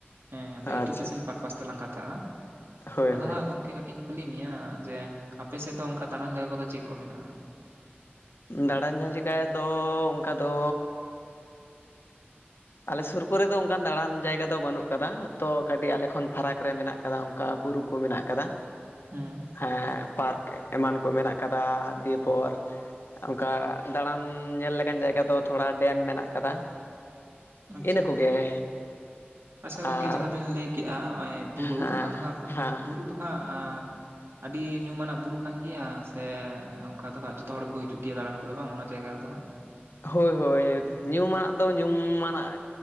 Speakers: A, on the right; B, on the left.
A: ᱦᱮᱸ ᱟᱫᱚ ᱮᱰᱩᱠᱮᱥᱚᱱ
B: ᱟᱪᱪᱷᱟ ᱟᱪᱪᱷᱟ
A: ᱯᱟᱨᱯᱟᱥ ᱛᱮᱞᱟᱝ ᱠᱟᱛᱷᱟᱜᱼᱟ
B: ᱦᱳᱭ
A: ᱟᱫᱚ
B: ᱦᱳᱭ
A: ᱦᱟᱸᱜ ᱜᱚᱝᱠᱮ <unintelligible> ᱠᱩᱞᱤ ᱢᱮᱭᱟ ᱡᱮ ᱟᱯᱮ ᱥᱮᱫ ᱫᱚ ᱚᱱᱠᱟ ᱫᱟᱬᱟᱱ ᱡᱟᱭᱜᱟ ᱠᱚᱫᱚ ᱪᱮᱫ ᱠᱚ ᱢᱮᱱᱟᱜᱼᱟ?
B: ᱫᱟᱬᱟᱱ <unintelligible> ᱫᱚᱻ ᱚᱱᱠᱟ ᱫᱚᱻ ᱟᱞᱮ ᱥᱩᱨ ᱠᱚᱨᱮ ᱫᱚ ᱚᱱᱠᱟᱱ ᱫᱟᱬᱟᱱ ᱡᱟᱭᱜᱟ ᱫᱚ ᱵᱟᱹᱱᱩᱜ ᱟᱠᱟᱫᱟ᱾ ᱛᱚ ᱠᱟᱹᱴᱤᱡ ᱟᱞᱮ ᱠᱷᱚᱱ ᱯᱷᱟᱨᱟᱠ ᱨᱮ ᱢᱮᱱᱟᱜ ᱟᱠᱟᱫᱟ᱾ ᱚᱱᱠᱟ ᱵᱩᱨᱩ ᱠᱚ ᱢᱮᱱᱟᱜ ᱟᱠᱟᱫᱟ᱾
A: ᱦᱮᱸ
B: ᱦᱮ ᱯᱟᱨᱠ ᱮᱢᱟᱱ ᱠᱚ ᱢᱮᱱᱟᱜ ᱟᱠᱟᱫᱟ ᱫᱤᱭᱮ ᱯᱚᱨ ᱚᱱᱠᱟ ᱫᱟᱬᱟᱱ ᱧᱮᱞ ᱞᱮᱠᱟᱱ ᱡᱟᱭᱜᱟ ᱫᱚ ᱛᱷᱚᱲᱟ ᱰᱮᱢ ᱢᱮᱱᱟᱜ ᱟᱠᱟᱫᱟ᱾
A: ᱟᱪᱪᱷᱟ
B: ᱤᱱᱟᱹ ᱠᱚᱜᱮ
A: ᱜᱚᱝᱠᱮ ᱟᱪᱪᱷᱟ
B: ᱟᱨ
A: ᱜᱚᱝᱠᱮ ᱡᱟᱦᱟᱸ ᱵᱮᱱ ᱞᱟᱹᱭ ᱠᱮᱜᱼᱟ ᱱᱚᱜᱼᱚᱭ ᱵᱩᱨᱩ
B: ᱦᱮᱸ
A: ᱟᱫᱚ ᱦᱟᱸᱜ
B: ᱦᱮᱸ
A: ᱵᱩᱨᱩ ᱫᱚ ᱦᱟᱸᱜ ᱟᱹᱰᱤ ᱧᱩᱢᱟᱱᱟᱜ ᱵᱩᱨᱩ ᱠᱟᱱ ᱜᱮᱭᱟ ᱥᱮ ᱚᱱᱠᱟ ᱫᱚ ᱦᱟᱸᱜ ᱡᱚᱛᱚ ᱦᱚᱲ ᱠᱚ ᱦᱤᱡᱩᱜ ᱜᱮᱭᱟ ᱫᱟᱬᱟᱱ ᱠᱚᱫᱚ ᱵᱟᱝ ᱚᱱᱟ ᱡᱟᱭᱜᱟ ᱨᱮᱫᱚ ᱦᱟᱸᱜ
B: ᱦᱳᱭ ᱦᱳᱭ ᱧᱩᱢᱟᱜ ᱫᱚ ᱧᱩᱢᱟᱱᱟᱜ